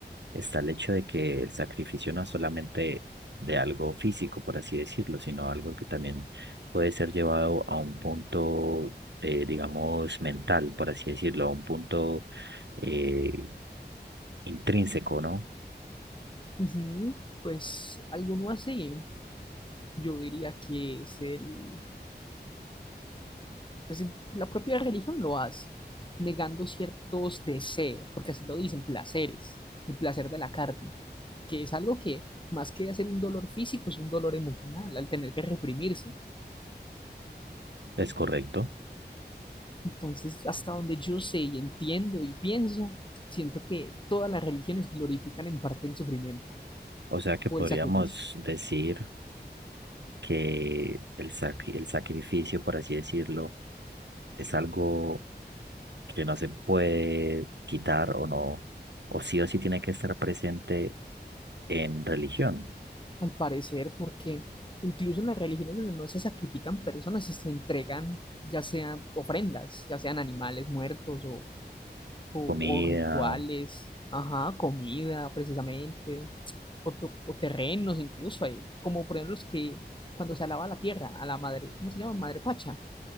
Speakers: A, on the right (about 80°); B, on the left (about 25°).
A: está el hecho de que el sacrificio no es solamente de algo físico, por así decirlo, sino algo que también puede ser llevado a un punto, eh, digamos, mental, por así decirlo, a un punto eh, intrínseco, ¿no?
B: Ujú, Pues alguno así, yo diría que es el, pues el- la propia religión lo hace, negando ciertos deseos, porque así lo dicen, placeres, el placer de la carne, que es algo que más que hacer un dolor físico, es un dolor emocional, al tener que reprimirse.
A: Es correcto.
B: Entonces, hasta donde yo sé y entiendo y pienso, siento que todas las religiones glorifican en parte el sufrimiento
A: O sea que
B: o
A: podríamos
B: el sacrificio.
A: decir... que el, sac- el sacrificio, por así decirlo, es algo que no se puede quitar o no, o sí o sí tiene que estar presente en religión,
B: al parecer, porque incluso en las religiones donde no se sacrifican personas, se entregan ya sean ofrendas, ya sean animales muertos o, o-
A: comida,
B: o rituales, ajá, comida precisamente, o, tu- o terrenos incluso, hay, como por ejemplo los que cuando se alaba la tierra, a la madre, ¿cómo se llama? Madre Pacha.